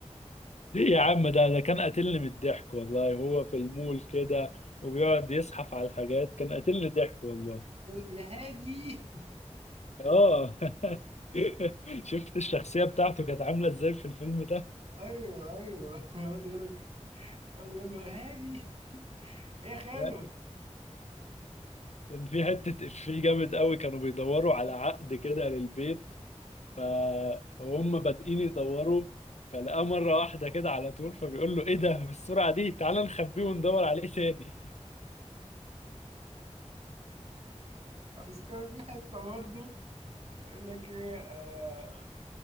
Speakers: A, on the left (about 70°); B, on the right (about 60°).
A: ليه يا عم ده ده كان قاتلني من الضحك والله هو في المول كده وبيقعد يزحف على الحاجات كان قاتلني ضحك والله
B: يا هادي
A: اه <laughs> شفت الشخصية بتاعته كانت عاملة ازاي في الفيلم
B: ايوه ايوه يقعد يقول لك يقعد يقول له هادي يا خاله
A: ده كان في حتة إفيه جامد قوي كانوا بيدوروا على عقد كده للبيت فهم بادئين يدوروا فلقاه مرة واحدة كده على طول فبيقول له إيه ده بالسرعة دي تعال نخبيه وندور عليه تاني
B: بس كان في حته برضه يقول لك ايه آه